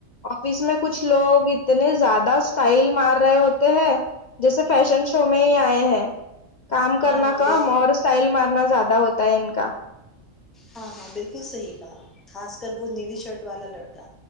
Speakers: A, on the left; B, in the centre.
A: آفس میں کچھ لوگ اتنے زیادہ اسٹائل مار رہے ہوتے ہیں جیسے فیشن شو میں ہی آئے ہیں کام کرنا
B: ہاں ہاں
A: کم
B: بال
A: اور اسٹائل مارنا زاتدا ہوتا ہے ان کا
B: ہاں ہاں بالکل صحیح کہا خاص کر وہ نیلی شرٹ والا لڑکا